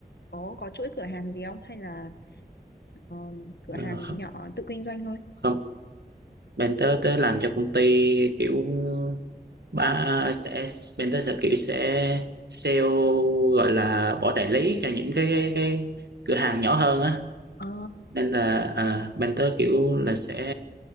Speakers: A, on the left; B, on the right.
A: có có chuỗi cửa hàng gì không hay là ờ, cửa
B: ờ,
A: hàng
B: không,
A: nhỏ tự kinh doanh thôi
B: không. Bên tớ tớ làm cho công ty kiểu ba sẽ mentor sẽ kiểu sẽ sale gọi là bỏ đại lý cho những cái cái, cái cửa hàng nhỏ hơn á
A: ờ
B: nên là à, mentor kiểu là sẽ